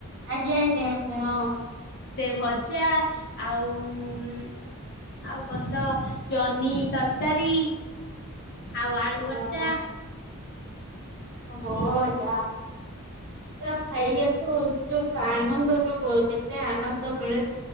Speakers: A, on the right; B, on the left.
A: ଆଜ୍ଞା ଆଜ୍ଞା ଆଜ୍ଞା ହଁ।
B: ସେ ଭଜା ଆଉ ଉଁ ଆଉ କଣ ତ ଜହ୍ନି ତରକାରୀ ଆଉ ଆଳୁ ଭର୍ତ୍ତା
A: ହଁ ହଁ। ଓହୋ
B: ଏଇସବୁ
A: ଯାଆ ହଉ ଯା ଖାଇବାକୁ ଯୋଉ ସାନନ୍ଦ ଆନନ୍ଦ ଯୋଉ କେତେ ଆନନ୍ଦ ମିଳେ